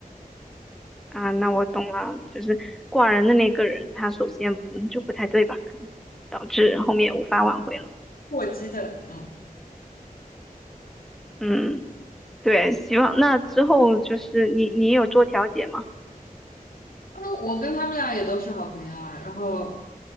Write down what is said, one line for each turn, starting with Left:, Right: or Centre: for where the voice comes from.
Centre: 啊，那我懂了，就是挂人的那个人，他首先嗯就不太对吧，可能导致后面无法挽回了，
Left: 过激的，嗯，
Centre: 嗯。对，希望那之后就是你你有做调解吗？
Left: 啊，我跟他们俩也都是好朋友啊，然后。